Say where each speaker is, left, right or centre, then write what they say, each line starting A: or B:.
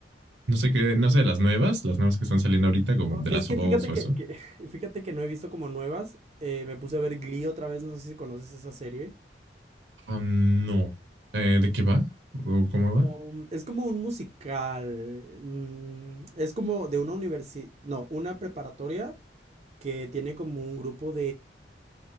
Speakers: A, on the right (about 85°); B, on the right (about 40°).
A: no sé qué, no sé, las nuevas, las nuevas que están saliendo ahorita, como
B: Oh,
A: de
B: Es
A: las
B: que
A: of
B: fíjate
A: Us o
B: que,
A: eso.
B: que- <laughs> fíjate que no he visto como nuevas. eh, me puse a ver Glee otra vez, no sé si conoces esa serie.
A: Ah, no. Eh, ¿de qué va? ¿O cómo va?
B: Um, es como un musical. mm, es como de una universidad, no, una preparatoria que tiene como un grupo